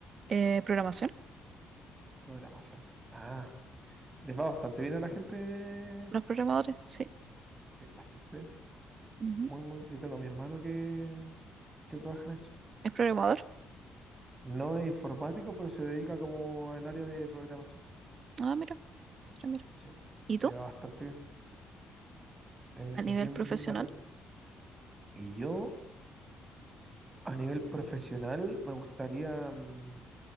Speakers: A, on the right; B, on the right.
A: Eh, programación,
B: Programación. Ah, les va bastante bien a la gente.
A: los programadores, sí.
B: Sí, bastante.
A: Ujú.
B: Muy, muy, yo tengo a mi hermano que, que trabaja en eso.
A: ¿Es programador?
B: No es informático, pero se dedica como el área de programación.
A: Ah, mira, mira, mira.
B: Sí,
A: ¿Y tú?
B: le va bastante bien. Eh,
A: A nivel
B: es bien,
A: profesional,
B: bien Mateo. Y yo, a nivel profesional, me gustaría, mm,